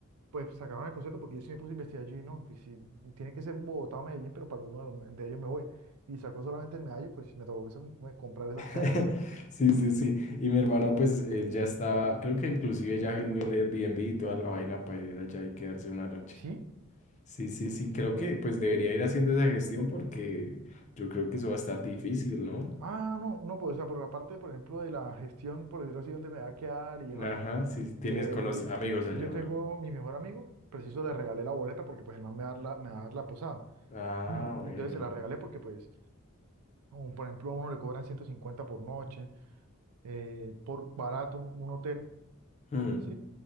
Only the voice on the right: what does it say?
Pues sacaron el concierto porque yo sí me puse a investigar allí, ¿no? Pues si tiene que ser Bogotá o Medellín, pero para uno de, los- de ellos me voy. Y sacó solamente el medallo, pues me tocó que sa- me- comprar esas
caras.
¿Sí?
Ah, no, no, pues o sea, por la parte, por ejemplo, de la gestión, por decirlo así, donde me va a quedar y demás.
eh,
yo,
yo
tengo
mi mejor amigo, preciso le regalé la boleta porque pues el man me va a dar la, me va a dar la posada.
Mm,
Entonces se la regalé porque pues, un- por ejemplo, a uno le cobran 150 por noche, eh, por barato, un un hotel.
¿sí?